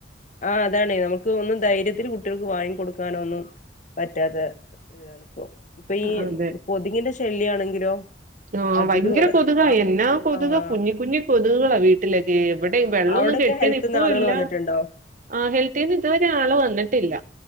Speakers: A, on the left; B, on the right.
A: ആ അതാണ് നമുക്ക് ഒന്നും ധൈര്യത്തില് കുട്ട്യൾക്ക് വാങ്ങി കൊടുക്കാന ഒന്നും പറ്റാത്ത ഇതാണ്പ്പോ ഇപ്പൊ ഈ
B: ആ, അതെ
A: കൊതി കിന്റെ ഷാ ശല്യാണെങ്കിലോ
B: ആഹ്
A: അതിലും
B: ഭയങ്കര
A: ഏറെ
B: കൊതുകാ
A: ആഹ്
B: എന്നാ കൊതുുക
A: ആഹ്
B: കുഞ്ഞി കുഞ്ഞി കൊതുകുകളാ വീട്ടിലൊക്കെ എവിടെ
A: ആഹ്
B: വെള്ളൊന്നും
A: അവിടൊക്കെ
B: കെട്ടീ
A: ഹെൽത്ത്ന്ന്
B: ഇപ്പ
A: ആളുകൾ
B: ഇല്ല
A: വന്നിട്ടുണ്ടോ
B: ആ ഹെൽത്തിന്ന് ഇതുവരെരാള് വന്നിട്ടില്ല